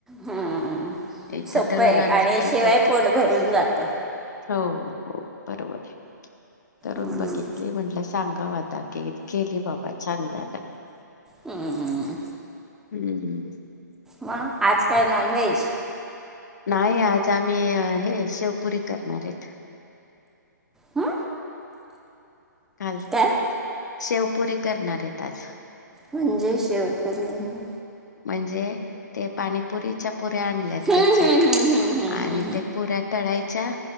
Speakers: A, in the centre; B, on the left.
A: हम्म
B: एकदा
A: सोपं
B: दळून
A: आहे
B: आणलं
A: आणि शिवाय
B: दोन, तीन
A: पोट भरून जातं.
B: हो. हो बरोबर आहे. करुन
A: हम्म
B: बघितली म्हटलं सांगाव आता क केली बा पण छान झालं.
A: हम्म.
B: हम्म.
A: मग आज काय नॉन व्हेज?
B: नाही आज आम्ही हे शेवपुरी करणार येत.
A: हं
B: काल
A: काय
B: शेवपुरी करणार येत आज.
A: म्हणजे शेव पुरी म्ह
B: म्हणजे ते पाणीपुरीच्या पुऱ्या आणल्यात
A: हम्म
B: कच्च्या
A: हम्म हम्म
B: आणि ते पुऱ्या तळाय च्या